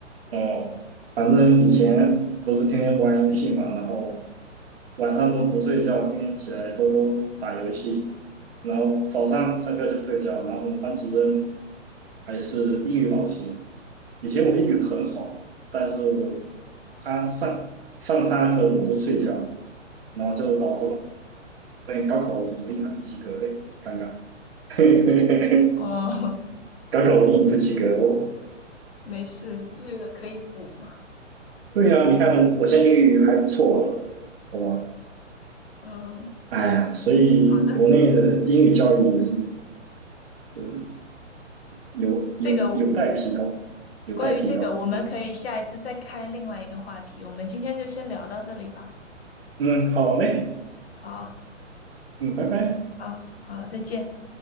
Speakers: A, on the right (about 50°); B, on the left (about 55°).
A: 哦，反正以前不是天天玩游戏嘛，然后晚上都不睡觉，天天起来偷偷打游戏，然后早上上课就睡觉，然后我们班主任还是英语老师，以前我英语很好，但是他上上他课我都睡觉，然后就导致后面高考的时我英语还不及格嘞，尴尬，<laughs>
B: 哦，
A: 高考我英语不及格哦。
B: <laughs> 没事，这个可以补嘛。
A: 对呀、你看我现在英语还不错了，好吧？
B: 嗯，
A: 哎呀，所以国内的英语教育也是
B: 好的，
A: 呃有有有待提高，
B: 这个
A: 有待提高。
B: 关于这个，我们可以下一次再开另外一个话题。
A: 嗯
B: 我们今天就先聊到这里吧。
A: 嗯，好嘞，
B: 好，
A: 嗯，拜拜。
B: 好，好，再见。